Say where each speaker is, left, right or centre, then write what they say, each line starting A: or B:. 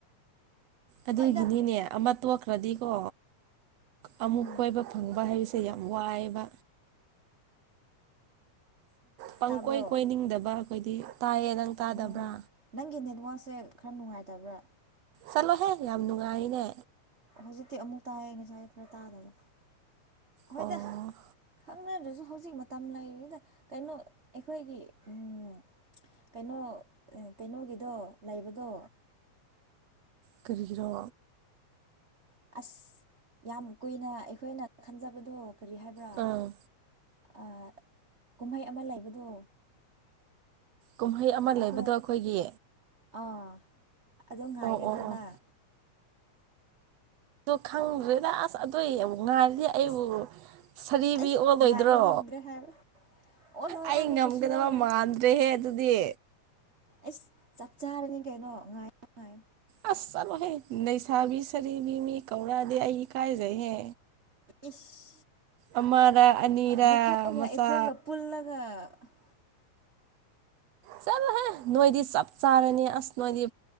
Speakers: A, on the right; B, on the right.
A: ꯑꯗꯨꯒꯤꯅꯤꯅꯦ
B: ꯍꯣꯏꯗ
A: ꯑꯃ ꯇꯣꯛꯈ꯭ꯔꯗꯤꯀꯣ ꯑꯃꯨꯛ
B: ꯎꯝ
A: ꯀꯣꯏꯕ ꯐꯪꯉ ꯋꯥꯍꯥꯏꯕꯁꯦ ꯌꯥꯝ ꯋꯥꯏꯕ ꯄꯪꯀꯣꯏ
B: ꯇꯥꯕ꯭ꯔꯣ
A: ꯀꯣꯏꯅꯤꯡꯗꯕ ꯑꯩꯈꯣꯏꯗꯤ ꯇꯥꯏꯌꯦ ꯅꯪ ꯇꯥꯗꯕ꯭ꯔꯥ
B: ꯎꯝ ꯅꯪꯒꯤ ꯅꯦꯠꯋꯥꯛꯁꯦ ꯈꯔ ꯅꯨꯡꯉꯥꯏꯇꯕ꯭ꯔꯥ
A: ꯆꯠꯂꯣꯍꯦ ꯌꯥꯝ ꯅꯨꯡꯉꯥꯏꯅꯦ
B: ꯍꯧꯖꯤꯛꯇꯤ ꯑꯃꯨꯛ ꯇꯥꯏꯑꯌꯦ ꯉꯁꯥꯏ ꯈꯔ ꯇꯥꯗꯕ ꯍꯣꯏꯗ
A: ꯑꯣ
B: ꯈꯪꯅꯗ꯭ꯔꯁꯨ ꯍꯧꯖꯤꯛ ꯃ ꯇꯝꯂꯩꯔꯤꯗ ꯀꯩꯅꯣ ꯑꯩꯈꯣꯏꯒꯤ ꯎꯝ ꯀꯩꯅꯣ ꯀꯩꯅꯣꯒꯤꯗꯣ ꯂꯩꯕꯗꯣ
A: ꯀꯔꯤꯒꯤꯔꯣ
B: ꯑꯁ ꯌꯥꯝ ꯀꯨꯏꯅ ꯑꯩꯈꯣꯏꯅ ꯈꯟꯖꯕꯗꯣ ꯀꯔꯤ ꯍꯥꯏꯕ꯭ꯔꯥ
A: ꯑꯥ
B: ꯑꯥ ꯀꯨꯝꯍꯩ ꯑꯃ ꯂꯩꯕꯗꯣ
A: ꯀꯨꯝꯍꯩ ꯑꯃ
B: ꯑꯩꯈꯣꯏ
A: ꯂꯩꯕꯗꯣ ꯑꯩꯈꯣꯏꯒꯤ
B: ꯑꯥ ꯑꯗꯨ ꯉꯥꯏꯒꯗ꯭ꯔꯣꯅꯪ
A: ꯑꯣ ꯑꯣ ꯑꯣ ꯑꯗꯣ ꯈꯪꯗ꯭ꯔꯦꯗ ꯑꯁ ꯑꯗꯨꯢ ꯑꯃꯨꯛ ꯉꯥꯏꯔꯗꯤ
B: ꯑꯩꯁ
A: ꯑꯩꯕꯨ ꯁꯥꯔꯤꯕꯤ
B: ꯑꯩꯁ
A: ꯑꯣꯜꯂꯣꯏꯗ꯭ꯔꯣ
B: ꯉꯥꯏꯕ ꯉꯝꯗ꯭ꯔꯦ ꯍꯥꯏꯕ ꯑꯣꯜꯂꯣꯏ
A: ꯑꯩ
B: ꯑꯣꯜꯂꯣꯏ
A: ꯉꯝꯒꯗꯕ
B: ꯀꯩꯁꯨ ꯑꯣꯜꯂꯣꯏ
A: ꯃꯥꯟꯗ꯭ꯔꯦꯍꯦ ꯑꯗꯨꯗꯤ
B: ꯑꯩꯁ ꯆꯞ ꯆꯥꯔꯅꯤ ꯀꯩꯅꯣ ꯉꯥꯏꯌꯣ ꯉꯥꯏꯌꯣ
A: ꯑꯁ ꯆꯂꯣ ꯍꯦ ꯅꯩꯁꯥꯕꯤ ꯁꯔꯤꯕꯤ ꯃꯤ ꯀꯧꯔꯥꯗꯤ ꯑꯩ ꯢꯀꯥꯏꯖꯩ ꯍꯦ
B: ꯏꯁ
A: ꯑꯃꯔ ꯑꯅꯤꯔ
B: ꯅꯈꯣꯏꯒ
A: ꯃꯆꯥ
B: ꯑꯩꯈꯣꯏꯒ ꯄꯨꯜꯂꯒꯅꯦ
A: ꯆꯠꯂꯣ ꯍꯦ ꯅꯣꯏꯗꯤ ꯆꯞ ꯆꯥꯔꯅꯤ ꯑꯁ ꯅꯣꯏꯗꯤ